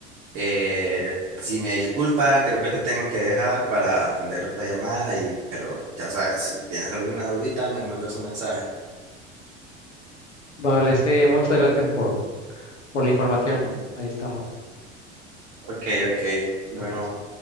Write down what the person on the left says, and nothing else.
Vale, sí, muchas gracias por, por la información. Ahí estamos.
Sí,
adiós.